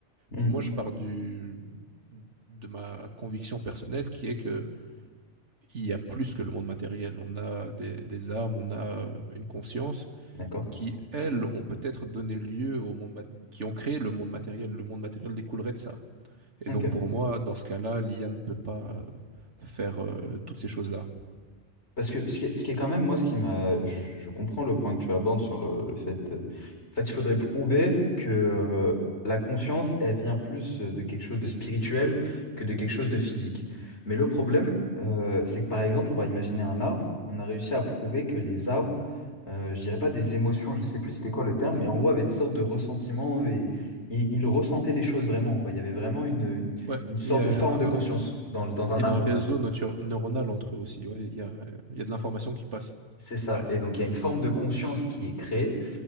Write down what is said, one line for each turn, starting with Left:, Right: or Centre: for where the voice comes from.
Left: Mm.
Right: Moi, je pars du, de ma conviction personnelle qui est que il y a plus que le monde matériel. On a des, des âmes, on a euh, une conscience
Left: D'accord.
Right: qui, elles, ont peut-être donné lieu au monde mat- qui ont créé le monde matériel. Le monde matériel découlerait de ça. Et
Left: Ok.
Right: donc, pour moi, dans ce cas-là, l'IA ne peut pas euh, faire euh, toutes ces choses-là.
Left: Parce que ce qui est, ce qui est quand même, moi, ce qui m'a. Je, je comprends le point que tu abordes sur le, le fait de. En fait, il faudrait prouver que euh, la conscience, elle vient plus euh, de quelque chose de spirituel que de quelque chose de physique. Mais le problème, euh, c'est que par exemple, on va imaginer un arbre. On a réussi à prouver que les arbres, euh, je dirais pas des émotions, je sais plus c'était quoi le terme, mais en gros, avaient des sortes de ressentiments et ils, ils ressentaient les choses vraiment, quoi. Il y avait vraiment une, une,
Right: Ouais,
Left: une sorte
Right: il y a
Left: de forme
Right: un,
Left: de conscience dans, dans un
Right: Il
Left: arbre,
Right: y a un réseau
Left: par exemple.
Right: notu- neuronal entre eux aussi. ouais, il y a, il y a de l'information qui passe.
Left: C'est ça. Et donc, il y a une forme de conscience qui est créée.